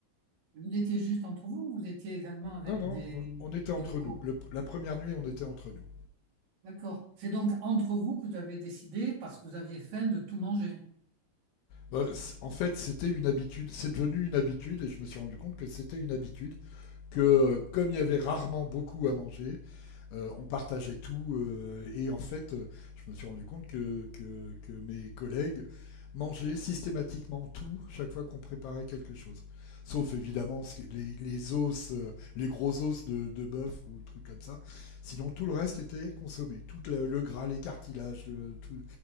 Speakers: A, on the right; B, on the left.
A: Vous étiez juste entre vous, ou vous étiez également avec
B: Non, non,
A: des,
B: on, on était entre
A: des locaux.
B: nous. Le- la première nuit, on était entre nous.
A: D'accord. C'est donc entre vous que vous avez décidé, parce que vous aviez faim, de tout manger.
B: Bah, c- en fait, c'était une habitude, c'est devenu une habitude, et je me suis rendu compte que c'était une habitude, que euh, comme il y avait rarement beaucoup à manger, Euh, on partageait tout euh, et en fait, euh, je me suis rendu compte que, que, que mes collègues mangeaient systématiquement tout chaque fois qu'on préparait quelque chose. Sauf évidemment ce qui- les, les os, euh, les gros os de, de bœuf ou trucs comme ça. Sinon, tout le reste était consommé. Tout la- le gras, les cartilages, le- tout-